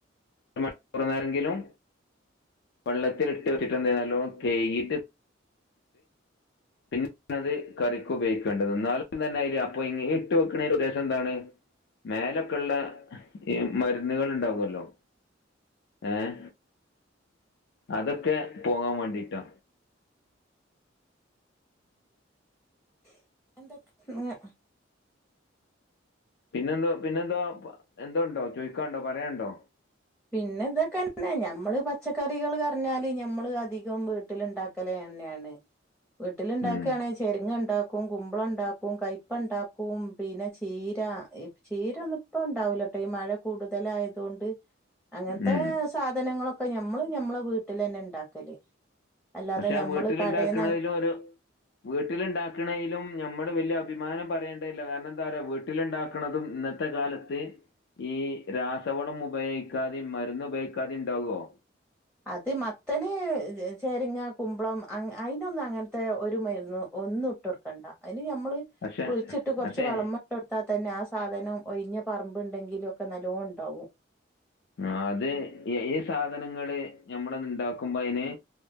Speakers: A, on the left; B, in the centre.
A: മണിക്കൂറു നേരമെങ്കിലും വെള്ളത്തിലിട്ട് വെച്ചിട്ടുണ്ടെങ്കി നല്ലോണം കെയ്കിയിട്ട് പിന്നെ അത് കറിക്ക് ഉപയോഗിക്കേണ്ടത്. എന്നാലും തന്നെ അയില് അപ്പൊ ഇട്ട് വെക്കണേൻ്റെ ഉദ്ദേശം എന്താണ്? മേലൊക്കെയുള്ള ഈ മരുന്നുകൾ ഉണ്ടാകുമല്ലോ. ഏഹ് അതൊക്കെ പോകാൻ മാണ്ടീട്ടാ.
B: <unintelligible>
A: പിന്നെന്തോ പിന്നെന്തോ എന്തോ ഉണ്ടോ ചോയ്ക്കാണ്ടോ പറയാണ്ടോ?
B: പിന്നെ ഇതൊക്കെന്നെ ഞമ്മള് പച്ചക്കറികള് പറഞ്ഞാല് ഞമ്മള് അധികം വീ ട്ടില് ഇണ്ടാക്കല് തന്നെയാണ്. വീട്ടില് ഇണ്ടാക്കാണെ
A: ഉം.
B: ചെരങ്ങണ്ടാക്കും, കുമ്പളണ്ടാക്കും, കയ്പ്പണ്ടാക്കും, പിന്നെ ചീര ഈ ചീര ഒന്നും ഇപ്പോ ഉണ്ടാവൂലാട്ടോ ഈ മഴ കൂടുതലായതുകൊണ്ട്. അങ്ങനത്തെ
A: ഉം.
B: സാധനങ്ങളൊക്കെ ഞമ്മള് ഞമ്മളെ വീട്ടിലെന്നെ ഉണ്ടാക്കല്. അല്ലാതെ
A: പക്ഷെ
B: ഞമ്മള്
A: ആ വീട്ടില്
B: കടേന്ന്
A: ഇണ്ടാക്കണതിലോരോ വീട്ടിലുണ്ടാക്കണേലും ഞമ്മള് വലിയ അഭിമാനം പറയേണ്ടേയില്ല. കാരണം എന്താ പറയാ വീട്ടിലുണ്ടാക്കണതും ഇന്ന ത്തെ കാലത്ത് ഈ രാസവളം ഉപയോഗിക്കാതെയും മരുന്ന് ഉപയോഗിക്കാതെയും ഇണ്ടാകോ?
B: അത് മത്തന് ചെരങ്ങ, കുമ്പളം അയ് അയ്നൊന്നും അങ്ങനത്തെ ഒരു മരുന്നും ഒന്നും ഇട്ടു കൊടു ക്കണ്ട അയ്ന് ഞമ്മള്
A: പക്ഷെ
B: കുഴിച്ചിട്ട് കുറച്ച്
A: പക്ഷേ
B: വളമ്മ ഇട്ടു കൊടുത്താൽ തന്നെ ആഹ് സാധനം ഒഴിഞ്ഞ പറമ്പ് ഇണ്ടെങ്കിലും ഒക്കെ നല്ലോ ഇണ്ടാവും.
A: ആഹ് അത് ഈ സാധനങ്ങള് ഞമ്മള് ഇണ്ടാക്കുമ്പ അയ്ന്